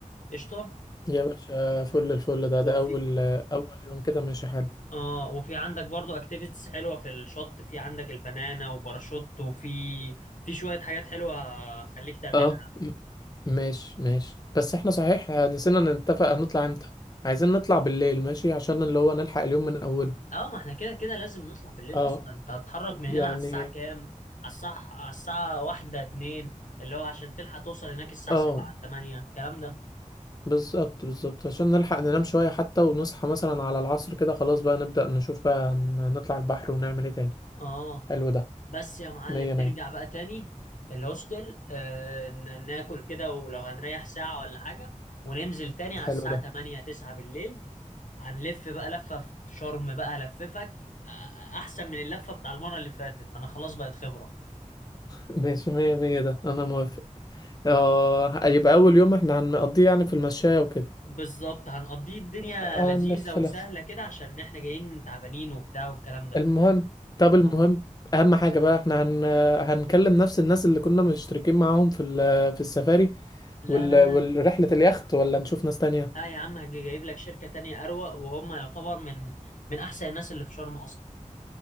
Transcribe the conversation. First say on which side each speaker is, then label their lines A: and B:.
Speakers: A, on the left; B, on the left.
A: قشطة
B: يا باشا فل الفل ده
A: وفي
B: ده أول أول يوم كده ماشي حلو
A: اه وفي عندك برضو اكتيفيتيز حلوة في الشط في عندك البنانا وباراشوت وفي في شوية حاجات حلوة هخليك تعملها
B: اه م- ماشي ماشي بس احنا صحيح نسينا نتفق هنطلع امتى عايزين نطلع بالليل ماشي عشان اللي هو نلحق اليوم من أوله
A: اه ما احنا كده كده لازم نطلع بالليل
B: اه
A: اصلا انت هتتحرك من
B: يعني
A: هنا على الساعة كام على الساعة على الساعة واحدة اتنين اللي هو عشان تلحق توصل هناك الساعة
B: اه
A: سبعة تمانية الكلام ده
B: بالظبط بالظبط عشان نلحق ننام شوية حتى ونصحى مثلا على العصر كده خلاص بقى نبدأ نشوف بقى ن- نطلع البحر ونعمل ايه تاني
A: اه
B: حلو ده
A: بس يا معلم
B: مية مية
A: نرجع بقى تاني الهوستل آه ن- ناكل كده ولو هنريح ساعة ولا حاجة وننزل تاني على
B: حلو
A: الساعة
B: ده
A: تمانية تسعة بالليل هنلف بقى لفة في شرم بقى هلففك آه، احسن من اللفة بتاع المرة اللي فاتت انا خلاص بقت خبرة
B: ماشي مية مية ده أنا موافق اه يبقى أول يوم احنا هنقضيه يعني في المشاية وكده
A: بالظبط هنقضيه الدنيا
B: آه
A: لذيذة
B: نلف
A: وسهلة
B: لف
A: كده عشان احنا جايين تعبانين وبتاع والكلام ده
B: المهم طب
A: أها.
B: المهم اهم حاجه بقى احنا هن... هنكلم نفس الناس اللي كنا مشتركين معاهم في ال... في السفاري
A: لا
B: وال...
A: لا لا
B: والرحله
A: لا
B: اليخت ولا نشوف ناس تانية
A: لا يا عم هجي جايب لك شركة تانية أروق وهم يعتبر من من أحسن الناس اللي في شرم أصلا